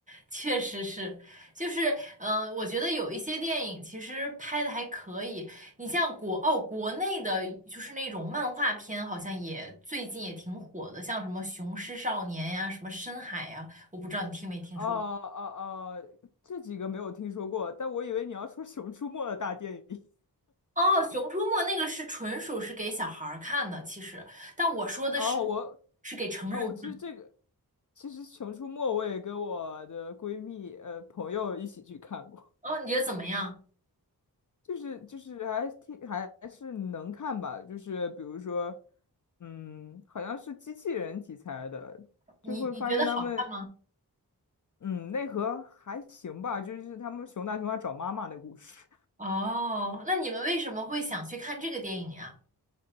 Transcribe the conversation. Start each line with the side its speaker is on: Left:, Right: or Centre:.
Right: 确实是，就是，嗯、我觉得有一些电影其实拍的还可以。你像国，哦，国内的就是那种漫画片，好像也最近也挺火的，像什么《雄狮少年》呀，什么《深海》呀，我不知道你听没听说过。
Left: 哦哦哦，这几个没有听说过，但我以为你要说《熊出没》的大电影。
Right: 哦，《熊出没》那个是纯属是给小孩儿看的，其实，但我说的是
Left: 哦，我
Right: 是给成人看。
Left: 哦，我其实这个，其实《熊出没》我也跟我的闺蜜呃朋友一起去看过，
Right: 哦，你觉得怎么样？
Left: 就是就是还挺还是能看吧，就是比如说，嗯，好像是机器人题材的，
Right: 你你觉得好看？
Left: 就会发现他们嗯内核还行吧，就是他们熊大熊二找妈妈的故事，
Right: 哦，那你们为什么会想去看这个电影呀？